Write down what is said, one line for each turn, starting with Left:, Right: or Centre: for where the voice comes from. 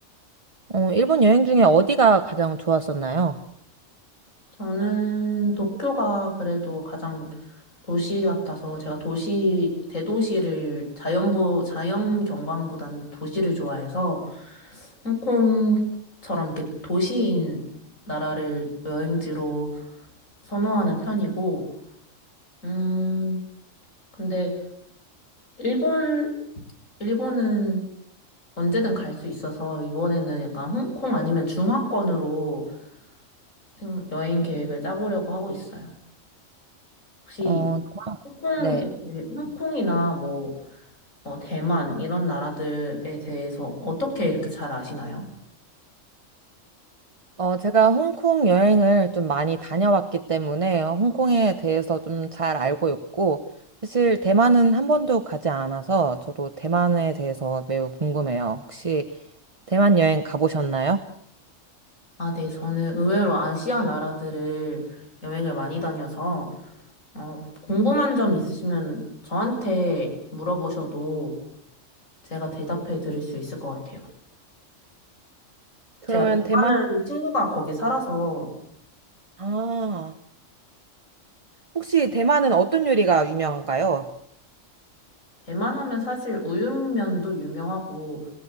Right: 어, 일본 여행 중에 어디가 가장 좋았었나요?
Left: 저는 도쿄가 그래도 가장 도시 같아서 제가 도시, 대도시를 자연보, 자연 경관보다는 도시를 좋아해서 홍콩처럼 이렇게 도시인 나라를 여행지로 선호하는 편이고, 음, 근데 일본, 일본은 언제든 갈 수 있어서 이번에는 약간 홍콩 아니면 중화권으로 생- 여행 계획을 짜보려고 하고 있어요. 혹시
Right: 어,
Left: 홍콩에,
Right: 네.
Left: 대해- 홍콩이나 뭐 어, 대만 이런 나라들에 대해서 어떻게 이렇게 잘 아시나요?
Right: 어, 제가 홍콩 여행을 좀 많이 다녀왔기 때문에 홍콩에 대해서 좀 잘 알고 있고, 사실 대만은 한 번도 가지 않아서 저도 대만에 대해서 매우 궁금해요. 혹시 대만 여행 가보셨나요?
Left: 아, 네, 저는 의외로 아시아 나라들을 여행을 많이 다녀서 어, 궁금한 점 있으시면 저한테 물어보셔도 제가 대답해 드릴 수 있을 것 같아요.
Right: 그러면
Left: 제가 대만은
Right: 대만,
Left: 친구가 거기 살아서
Right: 아, 혹시 대만은 어떤 요리가 유명한가요?
Left: 대만 하면 사실 우육면도 유명하고